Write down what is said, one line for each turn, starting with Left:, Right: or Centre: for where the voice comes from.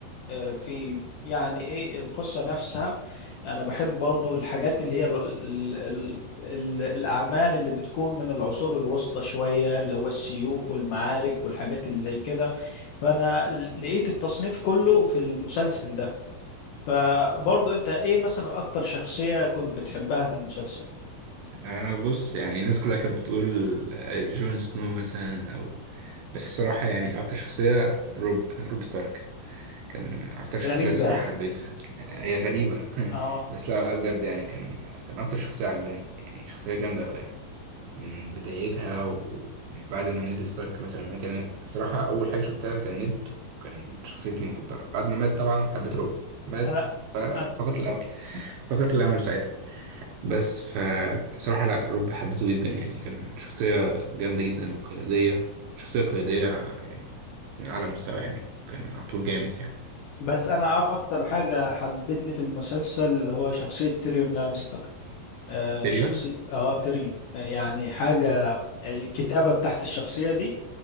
Left: آه، في يعني ايه القصة نفسها انا بحب برضو الحاجات اللي هي ال ال ال ال الاعمال اللي بتكون من العصور الوسطى شوية اللي هو السيوف والمعارك والحاجات اللي زي كده فانا لقيت التصنيف كله في المسلسل ده فبرضو انت ايه مثلا اكتر شخصية كنت بتحبها في المسلسل
Right: أنا بص يعني الناس كلها كانت بتقول آه، جون سنو مثلا أو بس الصراحة يعني أكتر شخصية روب روب ستارك كان اكتر شخصية
Left: غريبة
Right: صراحة حبيتها هي غريبة <laughs>
Left: اه
Right: بس لا لا بجد يعني كان كان اكتر شخصية عجباني يعني شخصية جامدة أوي يعني. من بدايتها و- وبعد ما نيد ستارك مثلا مات يعني الصراحة أول حاجة شفتها كان نيد كان شخصيتي المفضلة بعد ما مات طبعا حبيت روب مات
Left: انا أنا-
Right: فقط الأمل فقط الأمل ساعتها بس فصراحة لا روب حبيته جدا يعني كان شخصية جامدة جدا وقيادية شخصية قيادية يعني من أعلى مستوى يعني كان على طول جامد يعني
Left: بس انا عارف اكتر حاجة حبتني في المسلسل اللي هو شخصية تيريون لانستر آه
Right: تقريبا
Left: الشخصي اه تريون آه، يعني حاجة الكتابة بتاعت الشخصية دي